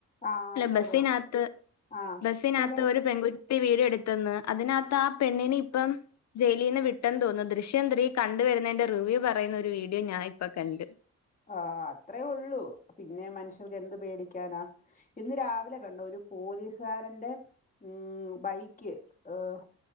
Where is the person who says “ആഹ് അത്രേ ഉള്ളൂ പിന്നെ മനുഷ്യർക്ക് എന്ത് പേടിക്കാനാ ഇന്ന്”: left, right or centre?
Left